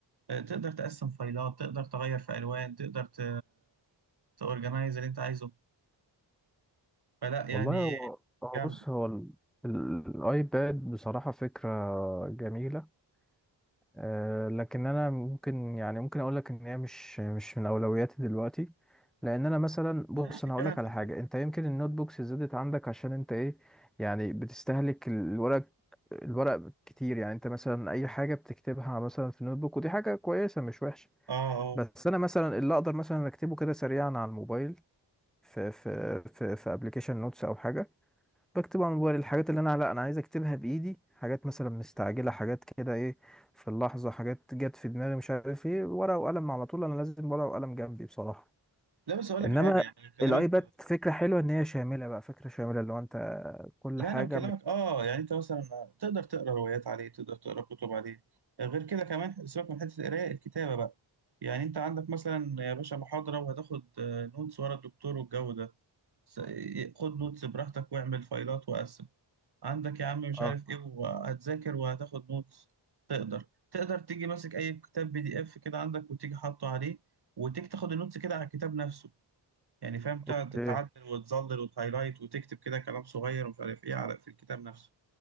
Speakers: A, on the right; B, in the centre.
A: تقدر تقسم فايلات تقدر تغير في الوان تقدر ت تورجنايز اللي انت عايزه فلا يعني
B: والله هو هو
A: جامد
B: بص هو ال- ال- الايباد بصراحه فكره جميله آه، لكن انا ممكن يعني ممكن اقول لك ان هي مش مش من اولوياتي دلوقتي لان انا مثلا بص
A: ما انا عايز
B: انا
A: الكلام
B: هقول لك
A: في
B: على
A: الدقيق
B: حاجه انت يمكن النوت بوكس زادت عندك عشان انت ايه يعني بتستهلك الورق الورق كتير يعني انت مثلا اي حاجه بتكتبها مثلا في النوت بوك ودي حاجه كويسه مش وحشه
A: اه اه
B: بس انا مثلا اللي اقدر مثلا اكتبه كده سريعا على الموبايل في في في في ابلكيشن نوتس او حاجه بكتب على موبايل الحاجات اللي انا لا انا عايز اكتبها بايدي حاجات مثلا مستعجله حاجات كده ايه في اللحظه حاجات جت في دماغي مش عارف ايه ورقه وقلم على طول انا لازم ورقه وقلم جنبي بصراحه
A: لا بس اقول لك
B: انما
A: حاجه يعني بكلمك
B: الايباد فكره حلوه ان هي شامله بقى فكره شامله اللي هو انت كل
A: لا
B: حاجه
A: انا بكلمك
B: مت...
A: اه يعني انت مثلا تقدر تقرا روايات عليه تقدر تقرا كتب عليه غير كده كمان سيبك من حته القرايه الكتابه بقى يعني انت عندك مثلا يا باشا محاضره وهتاخد آه، نوتس ورا الدكتور والجو ده س- خد نوتس براحتك واعمل فايلات وقسم عندك يا عم مش
B: اه
A: عارف ايه وهتذاكر وهتاخد نوتس تقدر تقدر تيجي ماسك اي كتاب بي دي اف كده عندك وتيجي حاطه عليه وتيجي تاخد النوتس كده على الكتاب نفسه يعني فاهم تقعد
B: اوكي
A: تعدل وتظلل وتهايلايت وتكتب كده كلام صغير ومش عارف ايه على في الكتاب نفسه